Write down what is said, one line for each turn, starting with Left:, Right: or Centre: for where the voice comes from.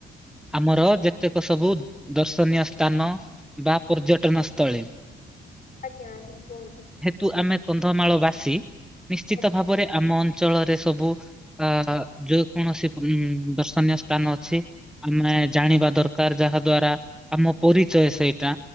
Centre: ଆମର ଯେତେକ ସବୁ ଦର୍ଶନୀୟ ସ୍ଥାନ ବା ପର୍ଯ୍ୟଟନ ସ୍ଥଳୀ।
Left: ଆଜ୍ଞା ଆଜ୍ଞା କୁହନ୍ତୁ।
Centre: ତୁ ଆମେ କନ୍ଧମାଳ ବାସି ନିଶ୍ଚିତ
Left: ଆଜ୍ଞା
Centre: ଭାବରେ ଆମ ଅଞ୍ଚଳରେ ସବୁ ଏ ଯେ କୌଣସି ଦର୍ଶନୀୟ ସ୍ଥାନ ଅଛି। ଆମେ ଜାଣିବା ଦରକାର ଯାହା ଦ୍ଵାରା ଆମ ପରିଚୟ ସେଇଟା